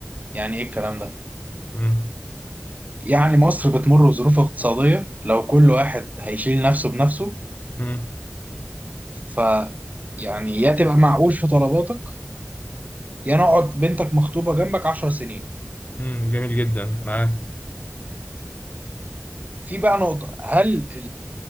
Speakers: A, on the right; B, on the left.
A: يعني ايه الكلام ده
B: مم.
A: يعني مصر بتمر بظروف اقتصاديه لو كل واحد هيشيل نفسه بنفسه
B: مم.
A: ف يعني يا تبقى معقول في طلباتك يا نقعد بنتك مخطوبه جنبك 10 سنين
B: مم. جميل جدا معاك
A: في بقى نقطه هل